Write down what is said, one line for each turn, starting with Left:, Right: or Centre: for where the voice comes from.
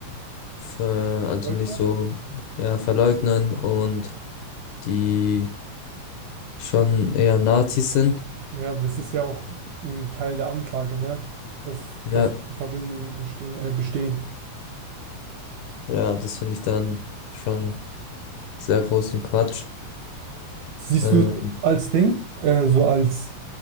Left: ver, also
Right: Leugner?
Left: nicht so ja, verleugnen und die schon eher Nazis sind.
Right: Ja, das ist ja auch ein Teil der Anklage, ne? Dass,
Left: Ja,
Right: dass Verbindungen entstehen, äh, bestehen.
Left: ja, das finde ich dann schon sehr großen Quatsch.
Right: Siehst
Left: Äh,
Right: du es als Ding, äh, so als,